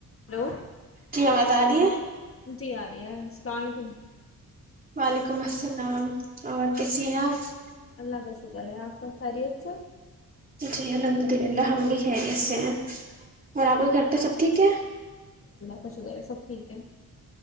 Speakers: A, on the left; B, on the right.
A: Hello
B: جی آواز آ رہی ہے
A: جی آ رہ ہے اللام علیکم
B: وعلیکم السلام اور کسی ہیں آپ <inaudible>
A: اللہ کا شکر ہے آپ کا خیریت سے
B: جی الحمد للہ ہم بھی ہیں ایس سے ہیں اور آپ کے گھر تو سب ٹھیک ہے
A: بشغیر ہے سب ٹھیک ہے